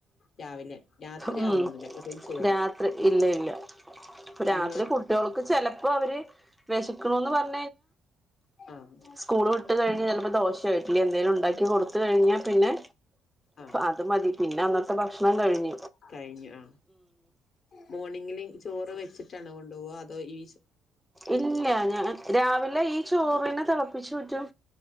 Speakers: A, on the left (about 55°); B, in the centre.
A: രാവിലെ രാത്രിയാവുന്നില്ല
B: ഉം
A: വെറും ചോറ്
B: രാത്രി ഇല്ല ഇല്ല രാത്രി
A: ഇ
B: കുട്ടികൾക്ക് ചിലപേ ഇപ്പോ അവര് വിശക്കണന്നും പറഞ്ഞ <inaudible>
A: ആഹ്
B: സ്കൂൾ വിട്ട് കഴിഞ്ഞ ചിലപ്പോ ദോശ ഇഡ്ഡലിയോ എന്തേലും ഉണ്ടാക്കി കൊടു അത് കഴിഞ്ഞാ പിന്നെ
A: ആഹ്
B: അത് മതി പിന്നെ അന്നത്തെ ഭക്ഷണം കഴിഞ്ഞ
A: കഴിഞ്ഞു ആ മോണിങ്ങില് ചോറ് വെച്ച സിസ്റ്റാർ ആണേ കൊണ്ട പോകുക അതോ ഇ
B: ഇല്ല ഞാൻ രാവിലെ ഈ ചോറിനെ തെളപ്പിച്ച് ഊറ്റും